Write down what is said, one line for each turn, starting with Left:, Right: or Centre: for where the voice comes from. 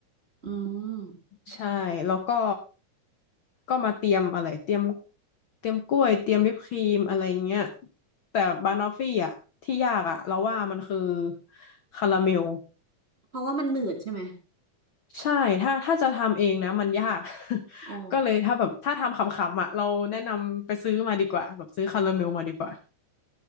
Right: อืม
Left: ใช่ แล้วก็ก็มาเตรียมอะไรเตรียมเตรียมกล้วยเตรียมวิปครีมอะไรเงี้ยแต่บานอฟฟี่อ่ะที่ยากอ่ะเราว่ามันคือคาราเมล
Right: เพราะว่ามันหนืดใช่ไหม
Left: ใช่ถ้าถ้าจะทำเองนะมันยาก <laughs>
Right: อ๋อ
Left: ก็เลยถ้าแบบถ้าทำขำๆอ่ะเราแนะนำไปซื้อมาดีกว่าแบบซื้อคาราเมลมาดีกว่า